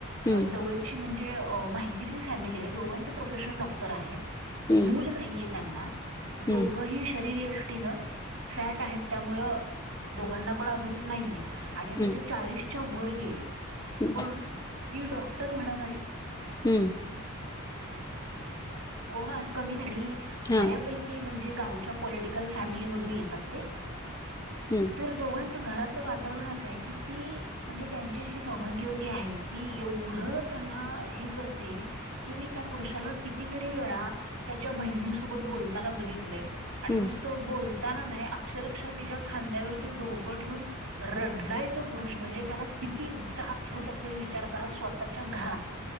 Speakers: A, on the left; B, on the right.
A: हम्म
B: जवळची म्हंजे जे माहितीतली फॅमिली आहे दोघांच प्रोफेशनल डॉक्टर आहे.
A: हम्म
B: मूल नाहीये त्यांना. दोघही
A: हम्म
B: शरीरयष्टीनं फॅट आहेत त्यामुळं दोघांना पण अजून नाहीये. आणि आता
A: हम्म
B: ते चाळीस च्या वर गेलेत.
A: हम्म
B: पण ती डॉक्टर म्हणवणारी
A: हम्म
B: कोण आज कमी नाही.
A: हा
B: बऱ्यापैकी म्हणजे गावच्या पॉलिटिकल फॅमिली मधून येतात ते.
A: हम्म
B: तर दोघांना च घरातलं वातावरण असं आहे की ती म्हणजे त्यांची जी सौभाग्यवती आहे ती एवढं त्यांना हे करते कि मी त्या पुरुषाला कितीतरी वेळा त्याच्या बहिणीसोबत बोलताना बघितलय आणि
A: हम्म
B: नुसतं बोल ताना नाही अक्षरशः तिच्या खांद्यावरती डोकं ठेऊून रडलाय तो पुरुष म्हणजे त्याला किती जाच होत असेल विचार करा स्वतःच्या घरात.